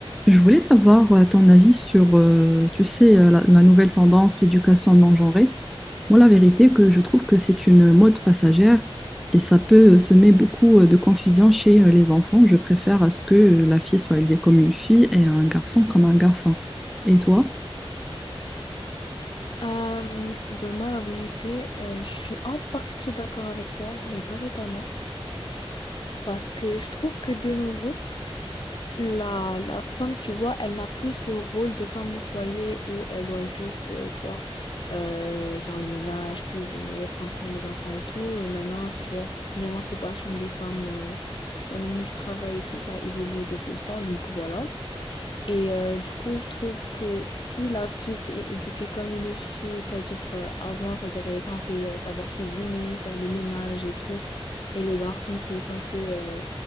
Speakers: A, in the centre; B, on the left (about 55°).
A: Je voulais savoir euh, ton avis sur, euh, tu sais, euh, la, la nouvelle tendance, l'éducation non genrée. Moi, la vérité, que je trouve que c'est une mode passagère et ça peut euh, semer beaucoup euh, de confusion chez euh, les enfants. Je préfère à ce que euh, la fille soit élevée comme une fille et un garçon comme un garçon. Et toi?
B: Euh, ben moi, la vérité, euh, je suis en partie d'accord avec toi, mais pas totalement. Parce que je trouve que de nos jours, la, la femme, tu vois, elle n'a plus ce rôle de femme au foyer où elle doit juste, euh, tu vois, euh, faire le ménage, cuisiner, prendre soin des enfants et tout. Euh, maintenant, tu vois, l'émancipation des femmes, euh, dans le monde du travail et tout, ça a évolué depuis le temps. Donc voilà. Et euh, du coup, je trouve que si la fille est éduquée comme une fille, c'est-à-dire euh, avant, c'est-à-dire elle est censée euh, savoir cuisiner, faire le ménage et tout, et le garçon qui est censé euh,